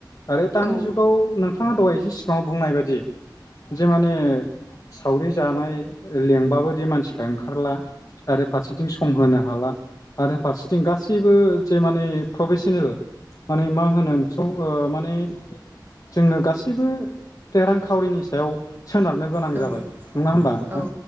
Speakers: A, on the left; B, on the right.
A: आरो दानि
B: औ
A: जुगाव नोंथाङा दहाय फाव बुंनाय बायदि जे माने सावरि जानाय लिंबाबोदि मानसिफ्रा ओंखारला आरो फारसेथिं सम होनो हाला आरो फारसेथिं गासैबो जे माने प्रफेसनेल माने मा होनो स ओ माने जोङो गासैबो बे रांखावरिनि सायाव सोनारनो गोनां
B: औ
A: जाबाय नङा होमबा नोंथां
B: औ